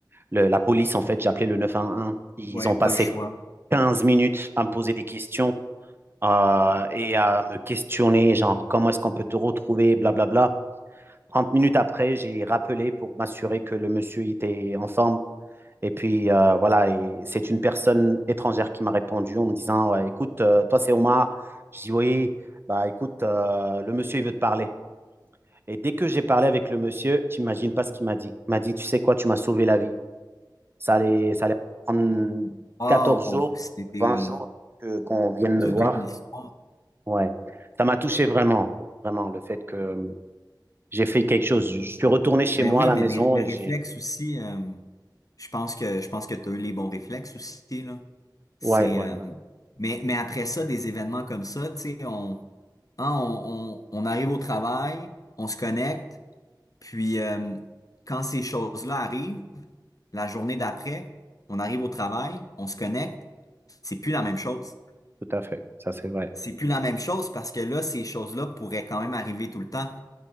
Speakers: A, on the right; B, on the left.
A: le- la police, en fait. J'ai appelé le 911. Ils
B: Ouais,
A: ont
B: pas
A: passé
B: le choix.
A: 15 minutes à me poser des questions euh, et à me questionner, genre, comment est-ce qu'on peut te retrouver, blablabla. 30 minutes après, j'ai rappelé pour m'assurer que le monsieur était en forme et puis euh, voilà, et c'est une personne étrangère qui m'a répondu en me disant ouais, Écoute, euh, toi c'est Omar. Je dis Oui, bah écoute, euh, le monsieur il veut te parler. Et dès que j'ai parlé avec le monsieur, tu n'imagines pas ce qu'il m'a dit. Il m'a dit Tu sais quoi, tu m'as sauvé la vie. Ça allait, ça allait prendre
B: Oh,
A: 14 jours,
B: c'est des...
A: 20 jours que, qu'on vienne
B: toute
A: me voir.
B: une histoire.
A: Ouais, ça m'a touché vraiment, vraiment, le fait que euh, j'ai fait quelque chose. Je suis retourné chez
B: Ben
A: moi
B: oui,
A: à la
B: mais
A: maison
B: les, les
A: et
B: réflexes
A: j'ai.
B: aussi, euh, je pense que je pense que tu as eu les bons réflexes aussi, là. C'est,
A: Ouais, ouais,
B: euh,
A: ouais,
B: mais, mais après ça, des événements comme ça, tu sais, on, hein, on, on, on arrive au travail, on se connecte, puis euh, quand ces choses-là arrivent, la journée d'après, on arrive au travail, on se connecte, c'est plus la même chose.
A: tout à fait. Ça c'est vrai.
B: C'est plus la même chose parce que là, ces choses-là pourraient quand même arriver tout le temps.